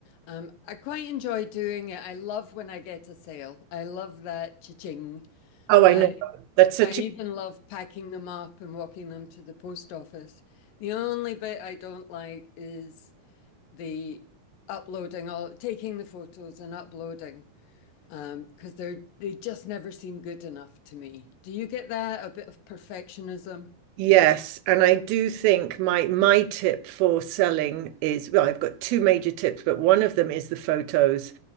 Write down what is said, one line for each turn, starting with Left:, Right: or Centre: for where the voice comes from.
Left: um, I quite enjoy doing it. I love when I get a sale. I love that cha-ching.
Right: Oh,
Left: I
Right: I know. That's such
Left: I even love packing them up and walking them to the post office. The only bit I don't like is the uploading all taking the photos and uploading. Um, because they're they just never seem good enough to me. Do you get that? A bit of perfectionism?
Right: Yes, and I do think my my tip for selling is well, I've got two major tips, but one of them is the photos.